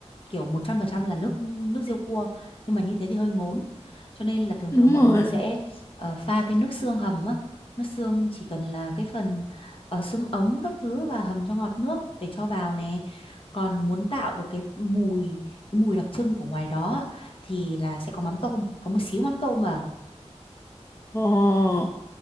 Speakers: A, on the left (about 50°); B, on the left (about 25°).
A: kiểu 100% là nước nước riêu cua. Nhưng mà như thế thì hơi ngốn. Cho nên là thường
B: đúng
A: thường mọi
B: rồi.
A: người sẽ ờ, pha thêm nước xương hầm á. Nước xương chỉ cần là cái phần ờ, xương ống các thứ và hầm cho ngọt nước để cho vào nè còn muốn tạo được cái mùi cái mùi đặc trưng của ngoài đó á, thì là sẽ có mắm tôm có một xíu mắm tôm vào
B: Ồ,